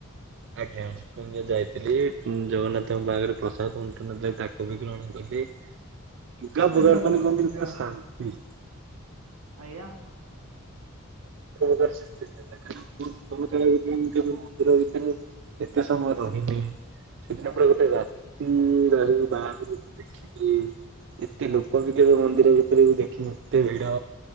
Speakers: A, on the right; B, on the right.
A: ଆଜ୍ଞା ମୁଁ ଯ ଯାଇଥିଲି ଜଗନ୍ନାଥଙ୍କ ପାଖରେ ପ୍ରସାଦ ବଣ୍ଟନ ଚା ତାକୁ ବି ଗ୍ରହଣ କଲି। ଲୁଗା ଫୁଗା
B: ଯା
A: ମାନେ
B: ହଉ
A: କୁହନ୍ତିନି
B: ଯା
A: ପୁରା ଶାନ୍ତି।
B: ହଉ। ଆଜ୍ଞା?
A: ଏକ ପ୍ରକାର ଶାନ୍ତି ଥିଲା କାହିଁକିନା ମୋ ଜୀବନ କାଳ ଭିତରେ ମୁଁ କେବେ ମନ୍ଦିର ଭିତରେ ଏତେ ସମୟ ର ସେଦିନ
B: ଆଜ୍ଞା
A: ପୁରା ଗୋଟେ ରାତି ରହି ବାହାଘର ଦେଖିଲି। ଏତେ ଲୋକ ବି କେବେ ମନ୍ଦିର ଭିତରେ ବି ଦେଖିନି, ଏତେ ଭିଡ।